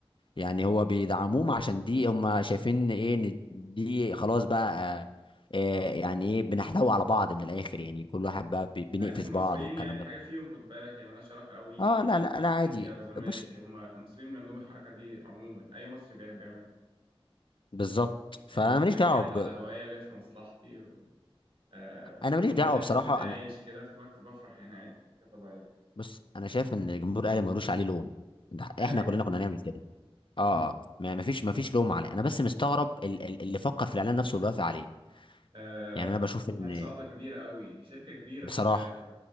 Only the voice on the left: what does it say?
يعني هو بيدعموهم عشان دي هم شايفين ايه ان دي خلاص بقى آه آه، يعني ايه بنحتوي على بعض من الاخر يعني كل واحد بقى بي- بنقفش
بعض والكلام
ده
اه لا لا لا عادي
بص
بالظبط
فانا
ماليش
دعوه بج...
انا ماليش
دعوه بصراحه
انا
بص انا شايف ان جمهور الاهلي ملوش عليه لوم ده
احنا
كلنا كنا هنعمل كده اه
ما ما فيش ما فيش لوم عليه انا بس مستغرب ال- ال- اللي فكر في الاعلان نفسه واللي وافق عليه
يعني انا بشوف ان
بصراحه